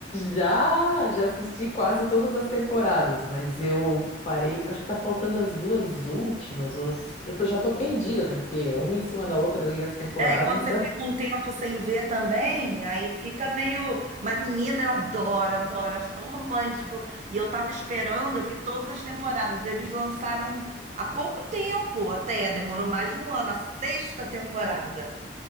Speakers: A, on the left (about 40°); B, on the right (about 40°).
A: Já, já assisti quase todas as temporadas, mas eu parei. Acho que tá faltando as duas últimas. Ou as- eu tô, já tô perdida, né? Porque é uma em cima da outra ali as temporadas,
B: É, e quando
A: <laughs> então.
B: você fica um tempo sem ver também, aí fica meio. Mas, menina, eu adoro, adoro, acho tão romântico. E eu tava esperando, eu vi todas as temporadas. Eles lançaram há pouco tempo até, demorou mais de um ano, a sexta temporada.